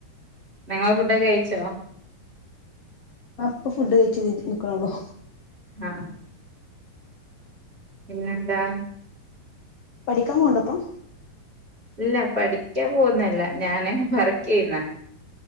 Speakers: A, on the right (about 15°); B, on the left (about 85°).
A: നിങ്ങ ഫുഡൊക്കെ കയച്ചോ
B: അപ്പൊ ഫുഡ് കയ്ച്ച നിക്കനള്ളൂ
A: ആഹ് പിന്നെന്താ
B: പഠിക്കാൻ കൊണ്ടപ്പം
A: ഇല്ല പഠിക്കാൻ പോുന്നല്ല ഞാന് വർക്ക് ചെയ്യുന്ന